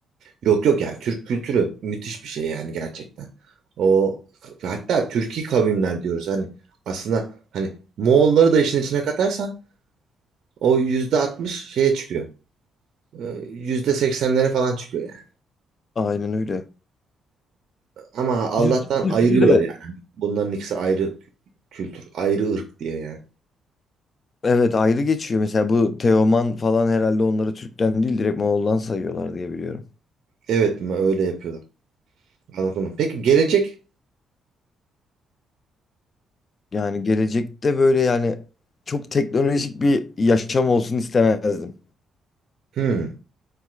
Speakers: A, on the right; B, on the left.
A: Yok yok yani Türk kültürü müthiş bir şey yani gerçekten. O hatta Türki kavimler diyoruz hani aslında hani Moğolları da işin içine katarsan o yüzde altmış şeye çıkıyor. Ee, Yüzde seksenlere falan çıkıyor yani.
B: Aynen öyle.
A: Ama Allah'tan
B: Bizim kültürü
A: ayırıyorlar
B: de
A: yani. Bunların ikisi ayrı kültür, ayrı ırk diye yani.
B: Evet ayrı geçiyor. Mesela bu Teoman falan herhalde onları Türk'ten değil direkt Moğol'dan sayıyorlar diye biliyorum.
A: Evet mi öyle yapıyorlar. Anladım. Peki gelecek?
B: Yani gelecekte böyle yani çok teknolojik bir yaşam olsun istemezdim.
A: Hmm.